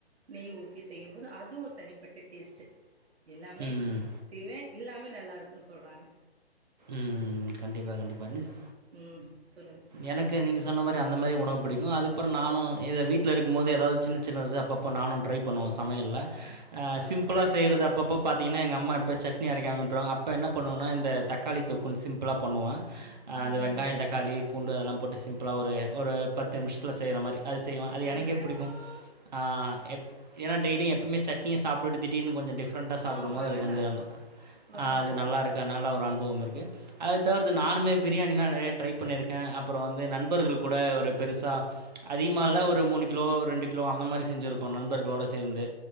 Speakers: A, on the right; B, on the right.
A: நெய் ஊத்தி செய்யும்போது அதுவு தனிப்பட்ட டேஸ்ட்டு எல்லாமே
B: ம்.
A: செய்வே எல்லாமே நல்லாருக்குன்னு சொல்றாங்க
B: ம். கண்டிப்பா கண்டிப்பா அலிஸ்
A: ம் சொல்லுங்கள்
B: எனக்கு நீங்க சொன்ன மாரி அந்த மாரி உணவு புடிக்கும் அதுக்கப்பற நானு எ வீட்டல இருக்கும் போது ஏதாவது சின்னது அப்பப்போ நானு ட்ரை பண்ணுவ சா சமையல்ல அ
A: ம்
B: சிம்பிளா செய்றது அப்பப்போ பாத்தீங்ன்னா எங்கம்மா இப்போ சட்னிஅரைக்காம விட்ருவாங்க அப்போ என்ன பண்ணுவுனா இந்த தக்காளி தொக்குன் பண்ணுவோ அந்த
A: ம்
B: வெங்காய
A: ம்
B: தக்காளி பூண்டு அதெல்லாம் போட்டு சிம்பிளா ஒரு ஒரு பத்து நிமிஷத்ல செய்ற மாரி அது செய்வோ அது
A: கண்டிப்பாக
B: எனக்கே புடிக்கும்
A: கண்டிப்பாக
B: ஆ எப் ஏன்னா டெய்லியு எப்பமே சட் நீங்க சாப்புட்டு திடீர்னு கொஞ்ச டிப் ஃப்ரெண்டா சாப்டும்
A: ஆமாம்
B: போது அது
A: நல்லாயிருக்கும்
B: கொஞ்ச
A: ரொம்ப
B: ஆஹ் அது
A: நல்லாயிருக்கும்
B: நல்லாருக்கு நல்லா ஒரு அனுபவருக்கு அத தவிர்த்து நானுமே பிரியாணிலா நெறையா ட்ரை பண்ணியிருக்க அப்புறோ வந்து நண்பர்கள் கூட ஒரு பெருசா அதிகமாக இல்ல ஒரு மூணு கிலோ ரெண்டு கிலோ அந்த மாரி செஞ்சிருக்கோ நண்பர்களோடு சேந்து